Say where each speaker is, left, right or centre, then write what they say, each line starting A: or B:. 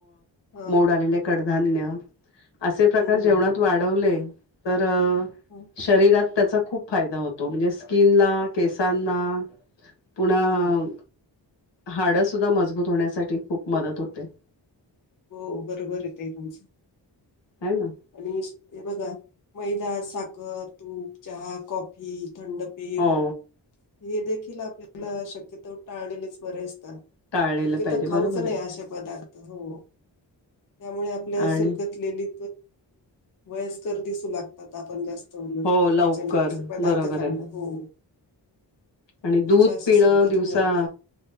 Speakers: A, on the left; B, on the left.
A: हां.
B: मोड आलेले कडधान्य असे प्रकार
A: हं, हं.
B: जेवणात वाढवले तर
A: हो.
B: शरीरात त्याचा खूप फायदा होतो म्हणजे स्किनला केसांना पुन्हा
A: हां.
B: हाडं सुद्धा मजबूत होण्यासाठी खूप मदत होते.
A: हो बरोबर ये ते तुमचं.
B: आहे ना.
A: आणि हे बघा मैदा, साखर, तूप, चहा, कॉफी, थंड पेय
B: हो
A: हे देखील आपल्याला शक्यतो टाळलेलेच बरे असतात.
B: टाळलेलं
A: शक्य
B: पाहिजे
A: तर
B: बरोबर
A: खाऊच नाही
B: आहे
A: अशे पदार्थ, हो. त्यामुळे आपल्या
B: आणि
A: सुरकतलेली वयस्कर दिसू लागतात आपण जास्त चायनीज
B: हो लवकर
A: त्याच्याने तसे पदार्थ
B: बरोबर
A: खाण
B: आहे
A: हो
B: आणि
A: त्वचा
B: दूध
A: अशी
B: पिनं
A: सुरकतून
B: दिवसा
A: जाते.